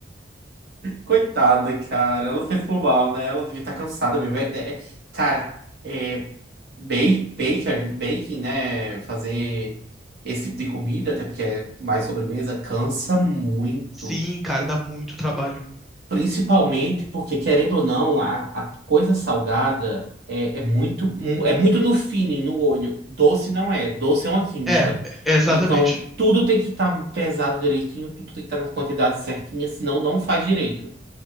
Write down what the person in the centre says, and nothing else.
Sim, cara, dá muito trabalho.
É, é exatamente.